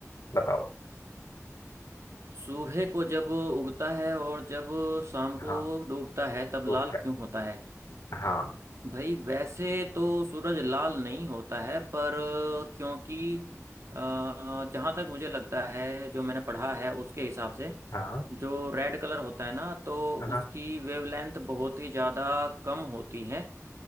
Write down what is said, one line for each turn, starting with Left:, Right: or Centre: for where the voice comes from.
Left: बताओ
Right: सूहे को जब उगता है और जब शाम को
Left: हाँ
Right: डूबता है तब
Left: तो
Right: लाल क्यों होता है
Left: हाँ
Right: भाई वैसे तो सूरज लाल नहीं होता है पर क्योंकि जहां तक मुझे लगता है जो मैंने पढ़ा है उसके हिसाब से
Left: हाँ
Right: जो रेड कलर होता है ना तो
Left: हाँ
Right: उसकी वेवलेंथ बहुत ही ज्यादा कम होती है